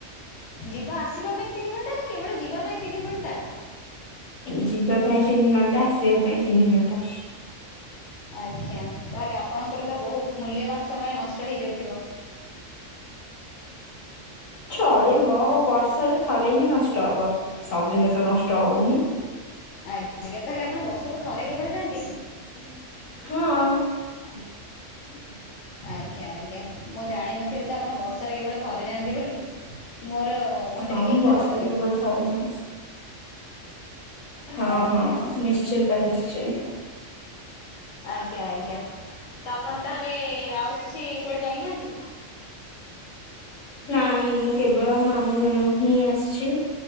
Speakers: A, on the left; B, on the left.
A: ଯିବା ଆସିବା ପାଇଁ ତିନି ଘଣ୍ଟା ନା କେବଳ ଯିବା ପାଇଁ ତିନି ଘଣ୍ଟା?
B: ଉଁ ଯିବା ପାଇଁ ତିନି ଘଣ୍ଟା ଆସିବା ପାଇଁ ତିନି ଘଣ୍ଟା।
A: ଆଜ୍ଞା ତାହେଲେ ଆପଣଙ୍କର ତ ବହୁତ ମୂଲ୍ୟବାନ ସମୟ ନଷ୍ଟ ହେଇଯାଉଥିବ?
B: ଚଳିବ ବର୍ଷରେ ଥରେ ହିଁ ନଷ୍ଟ ହବ ସବୁଦିନ ତ ନଷ୍ଟ ହଉନି।
A: ଆଜ୍ଞା ଆଜ୍ଞା ତାହେଲେ ଆପଣ ବର୍ଷକୁ ଥରେ କେବଳ ଯାଆନ୍ତି କି?
B: ହଁ।
A: ଆଜ୍ଞା ଆଜ୍ଞା ମୁଁ ଜାଣିନଥିଲି ତ ଆପଣ ବର୍ଷରେ କେବଳ ଥରେ ଯାଆନ୍ତି ବୋଲି। ମୋର ମତେ
B: ହଁ
A: ଟିକେ
B: ମୁଁ
A: କ୍ଷମା
B: ବର୍ଷରେ
A: କରିବେ।
B: କେବଳ ଥରେ ହିଁ ଆସେ ହଁ
A: ଆଜ୍ଞା
B: ହଁ। ନିଶ୍ଚିନ୍ତ ନିଶ୍ଚିନ୍ତ।
A: ଆଜ୍ଞା ଆଜ୍ଞା ତ ଆପଣ ତାହେଲେ ଆଉ କିଛି କୁଆଡେ ଯାଇନାହାନ୍ତି?
B: ନାଇଁ ମୁଁ କେବଳ ମାମୁଁ ଘର ହିଁ ଆସିଛି।